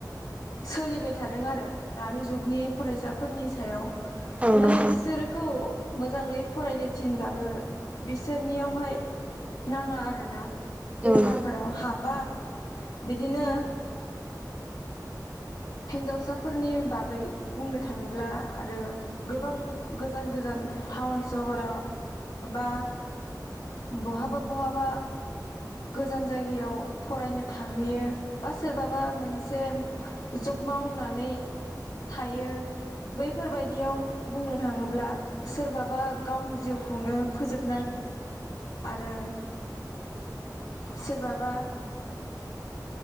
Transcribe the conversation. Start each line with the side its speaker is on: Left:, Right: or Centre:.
Left: सोलिबाय थादों आरो दानि जुगनि फरायसाफोरनि सायाव।
Right: औ नोंथां
Left: माने बिसोरखौ मोजाङै फरायनो थिनब्लाबो बिसोरनियावहाय नाङा आरोना
Right: उम
Left: देहाफोराव हाबा। बिदिनो हिनजावसाफोरनि बागै बुंनो थाङोब्ला आरो गोबां गोजान गोजान टाउन सहराव बा बहाबा बहाबा गोजान जायगायाव फरायनो थाहैयो। बा सोरबाबा मोनसे जब मावनानै थायो। बैफोरबायदियाव बुंनो थाङोब्ला सोरबाबा गावनि जिउखौनो फोजोब आरो सोरबाबा